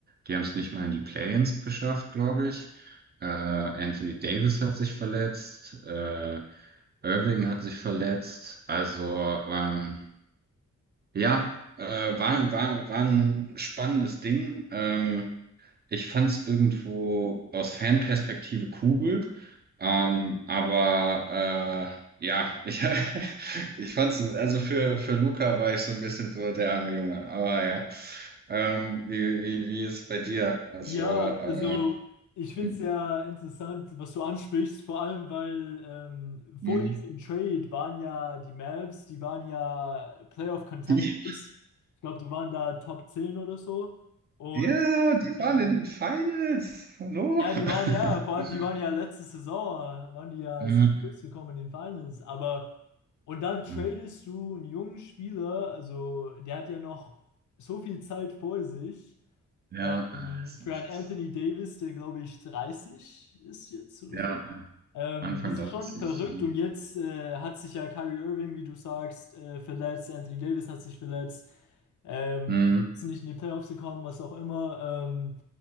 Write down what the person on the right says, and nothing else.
die haben es nicht mal in die Play-ins geschafft, glaube ich. Äh, Anthony Davis hat sich verletzt, äh, Irving hat sich verletzt. Also, ähm, ja, äh, war, war, war ein spannendes Ding. Ähm, ich fand es irgendwo aus Fanperspektive cool, ähm, aber äh, ja, ich, <laughs> ich fand es, also für, für Luca war ich so ein bisschen so der arme Junge, aber ja. Ähm, wie, wie, wie ist es bei dir? Also,
äh,
hm,
hm.
die,
ja, die waren
in den Finals. Hallo?
<laughs>
Ja,
hm.
ja,
es macht's.
Ja,
Anfang
30.
ja.
Hm,